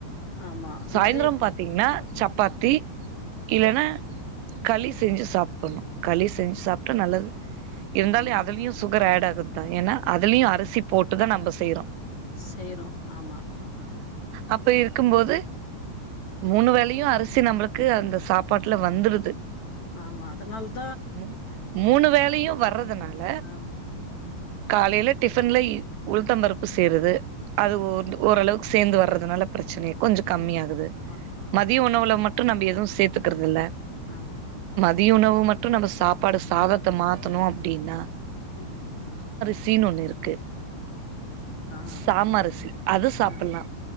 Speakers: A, on the left; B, on the right.
A: ஆமா
B: சாயிந்துரோம்
A: நெறைய
B: பாத்தீங்கன்னா சப்பாத்தி இல்லன்னா களி செஞ்சு சாப்பணு களி செஞ்சு சாப்புட்டா நல்லது இருந்தாலு
A: ஆமா
B: அதலையு சுக் ங்கு ரேடா ஆகுதா ஏன்னா அதலையு அரிசி போட்டுதா நம்ப செய்யறோ
A: செய்றோ ஆமா
B: அப்ப இருக்கும் போது மூணு வேலையு அரிசி நம்மளுக்கு அந்த சாப்பாட்டுல வந்துருது
A: ஆமா அதனாலத்
B: ம் மூணு வேலையு வர்றதுனால
A: ஆமா
B: காலைல டிஃபன்ல உளுதம் பருப்பு சேருது அது ஓரளவுக்கு சேந்து வர்றதுனால பிரச்சன இல் கொஞ்சோ கம்மியாகுது
A: ஆமா
B: மதிய உணவுல மட் ட்ரு நம்பி எது சேத்துக்கறதில்ல
A: ஆமா
B: தியோனோவ் மட் மட்டு நம்ம சாப்பாடு சாதத்த மாத்தணு அப்டின்னா
A: ம்க்ம்
B: சீன் ஒன்னு இருக்கு
A: ஆ
B: சாமரிசி அது சாப்புல்லா
A: ஆ